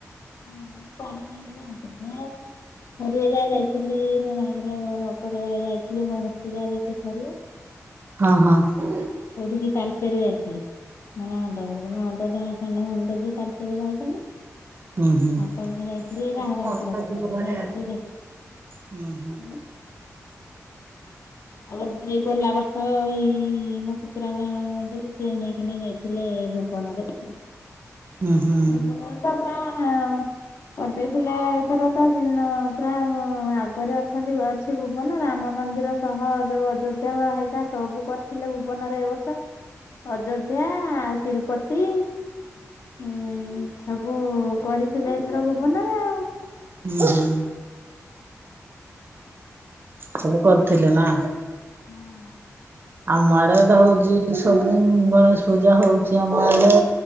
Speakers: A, on the left; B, on the right.
A: <unintelligible> ଥରିଏ ଯା ଯାଇଥିଲି ମୋ ମୋବାହାଘର ପରେ ଯାଇଥିଲି ଗଣେଷ ପୂଜା ଦେଖିଥରିଏ।
B: ହଁ ହଁ।
A: କଉଠିକି ତାଲଚେର ଯାଇଥିଲି। ମୋ ନଣନ୍ଦ ଘରକୁ ନଣନ୍ଦ ଜଣେ ସାନ ନଣଦ ଯିଏ ତାଳଚେରେ ବାହା ହେଇଛନ୍ତି।
B: ହୁଁ ହୁଁ।
A: ତାପରକୁ ଯାଇଥିଲି ବାହାଘର
B: ଆଜି ମଶା
A: ଉପ କଥା
B: ଯିବ
A: କ
B: ଘରେ
A: ଯାଇଥିଲି
B: ଆଉ।
A: ଦେଖ
B: ହୁଁ ହୁଁ
A: ଉଁ? ଆଉ ଯେ ଗଲା ବର୍ଷ ଏଇ ମୋ ପୁତୁରା ଗାଁ ଯଉ ସେ ନେଇକିନା ଯାଇ ଥିଲେ ଭୁବନ ଦେଖି।
B: ହୁଁ ହୁଁ
A: ଭୁବନ ଟା ପୁରା କରିଦେଇଥିଲା ଏଥର ତ ନ ପୁରା ଆଗରେ ଅଛନ୍ତି ଅଛି ଭୁବନ ରାମ ମନ୍ଦିର ସହ ଯୋଉ ଅଯୋଧ୍ୟା ବା ହେଇଗା ସବୁ କରିଥିଲେ ଭୁବନରେ ଏ ବର୍ଷ। ଅଯୋଧ୍ୟା ଆଉ ତିରୁପତି ହୁଁ ସବୁ କରିଥିଲେ ଏଥର ଭୁବନରେ ଆ
B: ହୁଁ ହୁଁ। ସବୁ କରିଥିଲେ ନା
A: ହୁଁ।
B: ଆମ ଆଡେ ତ ହଉଛି ସବୁ, ଗଣେଶ ପୂଜା ହଉଛି ଆମ ଆଡେ